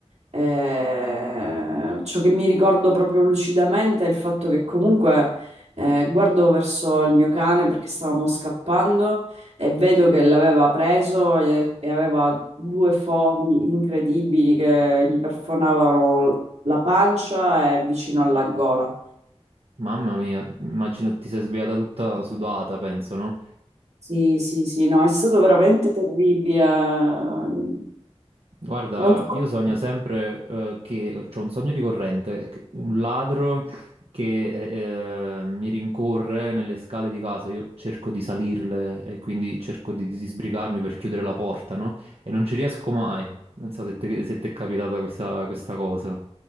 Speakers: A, on the right; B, on the right.
A: eh, ciò che mi ricordo proprio lucidamente è il fatto che comunque eh, guardo verso il mio cane perché stavamo scappando e vedo che l'aveva preso e, e aveva due fori incredibili che gli perforavano la pancia e vicino alla gola.
B: Mamma mia, immagino ti sei svegliata tutta sudata, penso, no?
A: Sì, sì, sì, no, è stato veramente terribile. Non
B: Guarda,
A: so.
B: io sogno sempre eh, che c'ho un sogno ricorrente, che- un ladro che eh, eh, mi rincorre nelle scale di casa, io cerco di salirle e quindi cerco di, di sbrigarmi per chiudere la porta, no? E non ci riesco mai. Non so se te, se ti è capitata questa, questa cosa.